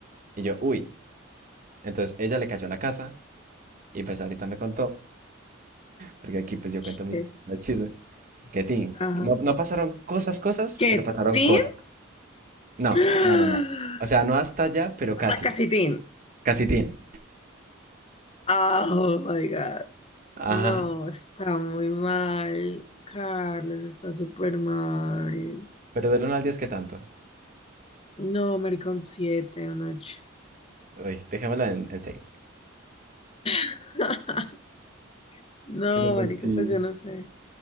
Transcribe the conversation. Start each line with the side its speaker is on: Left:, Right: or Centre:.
Right: Y yo, uy. Entonces ella le cayó a la casa y pues ahorita me contó, porque aquí pues yo
Left: Sí,
Right: cuento mis los chismes, que tin,
Left: Ajá.
Right: no, no pasaron cosas, cosas,
Left: ¿Qué,
Right: pero pasaron
Left: Tin?
Right: cosas. No,
Left: <gasps>
Right: no, no, no. O sea, no hasta allá, pero casi,
Left: O sea, casi Tin.
Right: casi tin.
Left: Ah, Oh my God. No,
Right: Ajá.
Left: está muy mal. Carlos está súper mal.
Right: Pero del 1 al diez ¿qué tanto?
Left: No, marica, un 7, un ocho.
Right: Uy, dejémoslo en, en 6.
Left: <laughs> No,
Right: Pero pues
Left: marica,
Right: sí.
Left: pues yo no sé.